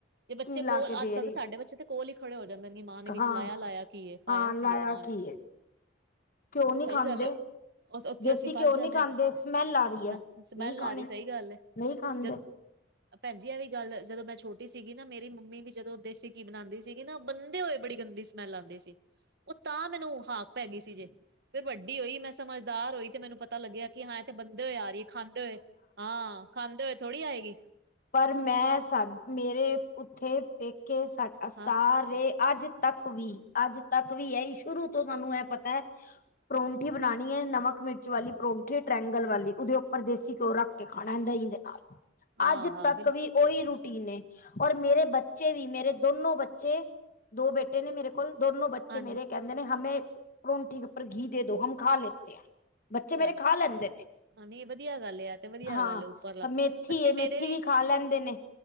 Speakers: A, on the right; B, on the left.
A: ਤੇ ਬੱਚੇ
B: ਕੀ ਲਾ
A: ਕੋਲ
B: ਕੇ ਦੇ
A: ਅੱਜ-ਕੱਲ੍ਹ
B: ਰਹੀ
A: ਤਾਂ
B: ਹੈ
A: ਸਾਡੇ ਬੱਚੇ ਤੇ ਕੋਲ ਹੀ ਖੜੇ ਹੋ ਜਾਂਦੇ ਨੇ ਮਾਂ ਨੇ ਵਿੱਚ
B: ਹਾਂ
A: ਲਾਇਆ-ਲਾਇਆ ਕੀ ਏ ਪਾਇਆ
B: ਹਾਂ
A: ਕੀ
B: ਲਾਇਆ
A: ਹੈਏ ਮਾਂ ਨੇ
B: ਏ ਘਿਓ ਨਹੀ
A: ਸਹੀ
B: ਖਾਂਦੇ
A: ਗੱਲ ਹੈ, ਉੱਥੇ
B: ਦੇਸੀ
A: ਅਸੀਂ ਫਸ
B: ਘਿਓ
A: ਜਾਂਦੇ
B: ਨਹੀ ਖਾਂਦੇ
A: ਹਾਂ
B: ਸਮੈਲ ਆ ਰਹੀ ਹੈ
A: ਨਾ ਸਮੈਲ
B: ਨਹੀਂ ਖਾਣੀ।
A: ਆ ਰਹੀ ਸਹੀ ਗੱਲ ਹੈ
B: ਨਹੀਂ ਖਾਂਦੇ
A: ਜਦੋਂ ਭੈਣਜੀ ਇਹ ਵੀ ਗੱਲ ਜਦੋਂ ਮੈਂ ਛੋਟੀ ਸੀਗੀ ਨਾ ਮੇਰੀ ਮੰਮੀ ਵੀ ਜਦੋਂ ਦੇਸੀ ਘੀ ਬਣਾਉਂਦੀ ਸੀ। ਕਿਨਾ ਬੰਦੇ ਹੋਏ ਬੜੀ ਗੰਦੀ ਸਮੈਲ ਆਉਂਦੀ ਸੀ। ਉਹ ਤਾਂ ਮੈਨੂੰ ਹਾਕ ਪੈ ਗਈ ਸੀ ਜੇ ਫਿਰ ਵੱਡੀ ਹੋਈ ਮੈਂ ਸਮਝਦਾਰ ਹੋਈ ਤੇ ਮੈਨੂੰ ਪਤਾ ਲੱਗਿਆ। ਕਿ ਹਾਂ ਇਥੇ ਬੰਦੇ ਹੋਏ ਆ ਰਹੀ ਹੈ ਖਾਂਦੇ ਹੋਏ ਹਾਂ ਖਾਂਦੇ ਹੋਏ ਥੋੜ੍ਹੀ ਆਏਗੀ।
B: ਪਰ ਮੈਂ ਸਾਡ ਮੇਰੇ ਉੱਥੇ ਪੇਕੇ ਸਾ ਸਾਰੇ
A: ਹਾਂ
B: ਅੱਜ ਤੱਕ ਵੀ ਅੱਜ ਤੱਕ ਵੀ ਹੈ ਹੀ ਸ਼ੁਰੂ ਤੋਂ ਸਾਨੂੰ ਇਹ ਪਤਾ ਹੈ ਪਰੌਂਠੀ ਬਣਾਉਣੀ ਹੈ ਨਮਕ-ਮਿਰਚ ਵਾਲੀ ਪਰੌਂਠੇ ਟ੍ਰੈਂਗਲ ਵਾਲੀ ਉਹਦੇ ਉੱਪਰ ਦੇਸੀ ਘਿਓ ਰਖ ਕੇ ਖਾਣਾ ਇਂਦਾ ਇਂਦੇ ਨਾਲ
A: ਹਾਂ-ਹਾਂ,
B: ਅੱਜ ਤੱਕ
A: ਬਿਲਕੁਲ।
B: ਵੀ ਉਹੀ ਰੂਟੀਨ ਏ ਔਰ ਮੇਰੇ ਬੱਚੇ ਵੀ ਮੇਰੇ ਦੋਨੋ ਬੱਚੇ ਦੋ ਬੇਟੇ ਬੇਟੇ ਨੇ ਮੇਰੇ ਕੋਲ ਦੋਨੋ ਬੱਚੇ
A: ਹਾਂਜੀ
B: ਮੇਰੇ ਕਹਿੰਦੇ ਨੇ ਹਮੇ ਪਰੋਂਠੀ ਕੇ ਉੱਪਰ ਘੀ ਦੇ ਦੋ ਹਮ ਖਾ ਲੇਤੇ ਏ ਬੱਚੇ
A: ਚਲੋ
B: ਮੇਰੇ ਖਾ ਲੈਂਦੇ ਨੇ
A: ਨਹੀਂ ਵਧੀਆ ਗੱਲ ਆ ਤੇ ਵਧੀਆ
B: ਹਾਂ
A: ਗੱਲ ਉੱਪਰਲਾ
B: ਮੇਥੀ
A: ਬੱਚੇ
B: ਮੇ ਮੇਥੀ
A: ਮੇਰੇ
B: ਵੀ ਖਾ ਲੈਂਦੇ ਨੇ